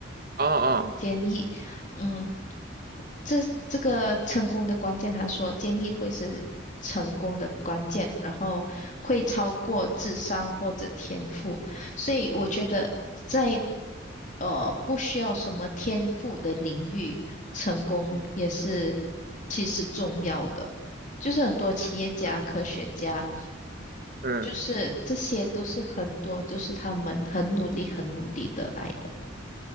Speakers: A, on the right; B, on the left.
A: 哦哦，
B: 坚毅，嗯，这这个成功的关键，他说坚毅会是成功的关键，然后会超过智商或者天赋，所以我觉得在呃不需要什么天赋的领域，成功也是其实重要的。就是很多企业家、
A: 嗯，
B: 科学家，
A: 嗯，
B: 就是这些都是很多，就是他们很努力、很努力得来的。